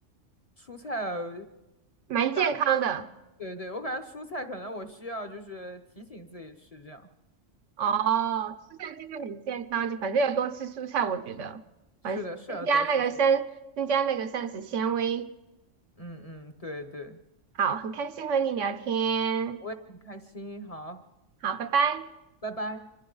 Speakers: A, on the left; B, on the right.
A: 蔬菜，
B: 蛮健康的。
A: 我感觉对对对，我感觉蔬菜可能我需要就是提醒自己吃这样。
B: 哦，蔬菜其实很健康，就反正要多吃蔬菜，我觉得，
A: 是的，
B: 反正增加那个膳，
A: 是要多吃蔬菜。
B: 增加那个膳食纤维。
A: 嗯嗯，对对，
B: 好，很开心和你聊天，
A: 我也很开心。好，
B: 好，拜拜。
A: 拜拜。